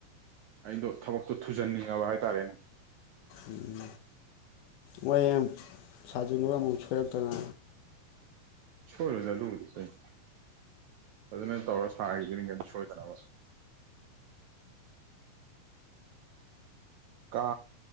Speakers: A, on the right; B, on the left.
A: ꯑꯩꯗꯣ ꯊꯕꯛꯇꯣ ꯊꯨꯖꯟꯅꯤꯡꯉꯕ ꯍꯥꯏꯇꯥꯔꯦꯅꯦ
B: ꯎꯝ ꯃꯣꯏ ꯁꯥꯖꯤꯜꯂꯨꯔ ꯑꯃꯨꯛ ꯁꯣꯏꯔꯛꯇꯅ
A: ꯁꯣꯏꯔꯣꯏꯗ ꯑꯗꯨꯕꯨꯗꯤ ꯀꯩꯅꯣ ꯐꯖꯅ ꯇꯧꯔꯒ ꯁꯥꯒꯤꯗꯨꯏꯅꯤ ꯀꯩꯅꯣ ꯁꯣꯏꯗꯅꯕ ꯀꯥ